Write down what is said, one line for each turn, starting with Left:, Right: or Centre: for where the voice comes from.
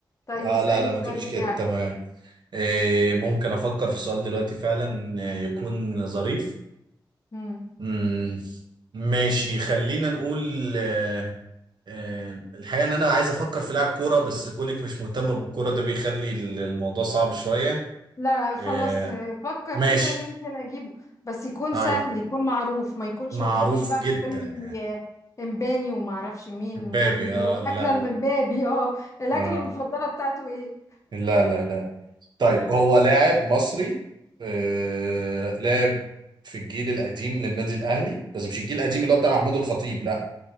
Left: طيب
Right: آه
Left: اسألني
Right: لا لا
Left: السؤال
Right: ما تقوليش
Left: بتاعك
Right: كده تمام آه ممكن أفكر في سؤال دلوقتي فعلا آه، يكون ظريف
Left: مم.
Right: مم. ماشي خلينا نقول آه، آه، الحقيقة ان انا عايز افكر في لاعب كورة بس كونك مش مهتمة بالكورة ده بيخلي الموضوع صعب شوية
Left: لا خلاص
Right: آه،
Left: فكر
Right: ماشي
Left: كده يمكن اجيبه بس يكون
Right: طيب
Left: سهل يكون معروف ما يكونش
Right: معروف
Left: تجيبليش بقى
Right: جدا
Left: تقول لي
Right: يعني
Left: آه، امباني وما اعرفش مين
Right: مبابي
Left: وتقول لي بي-
Right: اه
Left: الاكله
Right: لا
Left: المبابي اه الاكله
Right: آه.
Left: المفضله بتاعته ايه
Right: لا لا لا طيب
Left: طيب
Right: هو لاعب مصري آه، لاعب في الجيل القديم للنادي الاهلي بس مش الجيل القديم اللي هو بتاع محمود الخطيب لا